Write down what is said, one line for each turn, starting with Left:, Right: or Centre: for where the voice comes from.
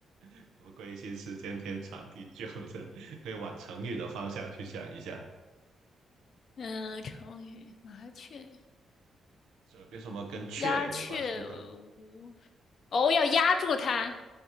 Right: 什么归心似箭、天长地久的，可以往成语的方向去想一下。
Left: 嗯、呃成语麻雀
Right: 这有什么跟雀有关系的？
Left: 鸦雀无哦，要压住它，